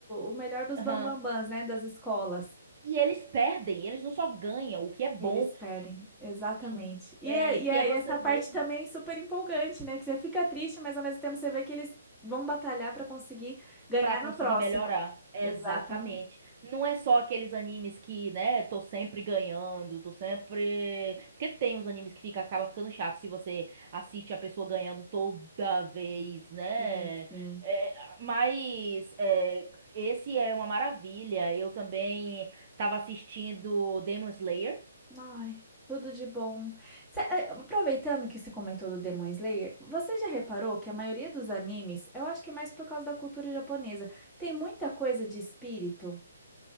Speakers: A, in the centre; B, on the right (about 40°).
A: o melhor dos
B: Aham.
A: bambambãs, né, das escolas.
B: E eles perdem, eles não só ganham, o que é bom,
A: Eles perdem, exatamente.
B: sim.
A: E,
B: É,
A: é, e
B: que
A: é
B: é você
A: essa
B: ver.
A: parte também super empolgante, né? Que você fica triste, mas ao mesmo tempo você vê que eles vão batalhar para conseguir ganhar
B: Pra conseguir
A: na próxima.
B: melhorar. Exatamente.
A: Exatamente.
B: Não é só aqueles animes que, né, tô sempre ganhando, tô sempre. Porque tem os animes que fica, acaba ficando chato se você assiste a pessoa ganhando toda vez, né?
A: Sim, sim.
B: É, mas é, esse é uma maravilha. Eu também tava assistindo Demon Slayer.
A: Ai, tudo de bom. Cê- eh, aproveitando que você comentou do Demon Slayer, você já reparou que a maioria dos animes, eu acho que é mais por causa da cultura japonesa, tem muita coisa de espírito?